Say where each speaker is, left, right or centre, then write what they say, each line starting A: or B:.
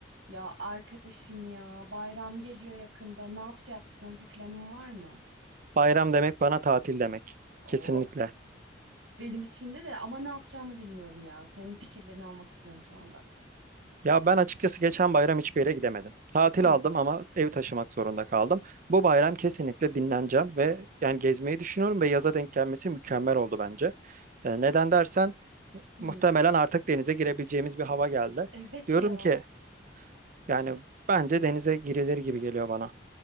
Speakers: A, on the right; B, on the right.
A: Ya arkadaşım ya bayram geliyor yakında. Ne yapacaksın? Bir planın var mı?
B: Bayram demek bana tatil demek.
A: Oo
B: Kesinlikle.
A: benim içinde de ama ne yapacağımı bilmiyorum ya. Senin fikirlerini almak istiyorum şu anda.
B: Ya ben açıkçası geçen bayram hiçbir yere gidemedim. Tatil
A: Hı.
B: aldım ama evi taşımak zorunda kaldım. Bu bayram kesinlikle dinleneceğim ve yani gezmeyi düşünüyorum ve yaza denk gelmesi mükemmel oldu bence. E, neden dersen
A: Hmm,
B: muhtemelen artık denize girebileceğimiz bir hava geldi.
A: evet
B: Diyorum
A: ya.
B: ki yani bence denize girilir gibi geliyor bana.